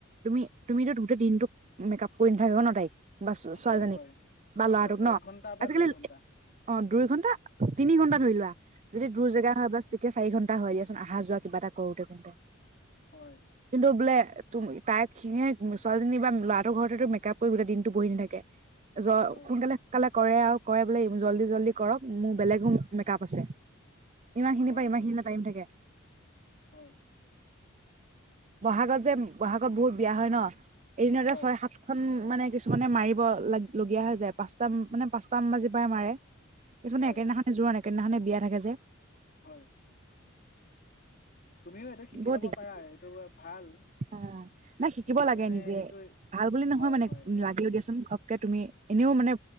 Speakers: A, on the right; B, on the left.
A: তুমি তুমিতো গোটেই দিনটোক মেকআপ কৰি ন থাকে ন তাইক বা ছোৱালীজনীক
B: হয় হয়
A: বা ল'ৰাটোক
B: হয়
A: ন
B: এক ঘন্টা বা
A: আজিকালি
B: দুই ঘন্টা
A: অ দুই ঘণ্টা তিনি ঘন্টা ধৰি লোৱা যদি দূৰ জেগা হয় বা এতিয়া চাৰি ঘণ্টা হয় দিয়াচোন আহা যোৱা কিবা এটা কৰোঁতে কৰোঁতে
B: হয়
A: তোৰ বোলে তাই খিনিয়ে ছোৱালীজনী বা ল'ৰাটোৰ ঘতে মেকআপ কৰিবোলে দিনটো বহি নাথাকে যই
B: হয়
A: সোনকালে কালে কৰে আৰু কৰে বোলে জল্ডি জল্ডি কৰক মোৰ বেলেগো মেক আপ আছে ইমান খিনি
B: হয়
A: পায় ইমান
B: হয়
A: খিনি টাইম থাকে
B: হয়
A: বহাগত যে বহাগত বহুত বিয়া হয় ন এদিনতে
B: হয়
A: ছয় সাতখন মানে কিছুমানে মাৰিব লাগ লগিয়ীয়া হৈ যায় পাঁচটা মানে পাঁচটামান বাজি পৰাই মাৰে কিছুমানে
B: হয়
A: একেদিনাখনে যোৰোৱা নেক সেইদিনাখনে বিয়া থাকে যে
B: হয় তুমিও এইটো শিকি
A: বহুত
B: লব
A: দিগদাৰ
B: পাৰা এইটো ভাল
A: অ নাই শিকিব
B: তোমাৰ
A: লাগে
B: মানে
A: নিজে
B: এইটো
A: ভাল বুলি নহয়
B: হয়
A: মানে
B: হয় এই
A: লাগিলও দিয়াচোন ঘ ঘপকে তুমি এনেও মানে